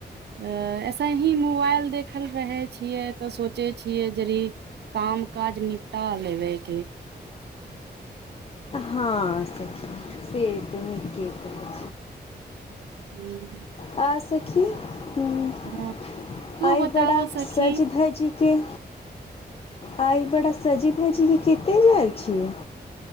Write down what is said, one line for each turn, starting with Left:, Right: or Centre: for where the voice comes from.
Right: अ ऐसे ही मोबाइल देखल रहै छियै त सोचै छियै रील। काम काज निपटा लेबैय के‌
Left: हां सखी से त नीक केलउ।
Right: हूं
Left: आ सखी, हुं-
Right: हँ, तू
Left: आइ
Right: बताब
Left: बड़ा
Right: सखी
Left: सज धजि के, आइ बड़ा सजी धजी के केत्ते जाय छियै।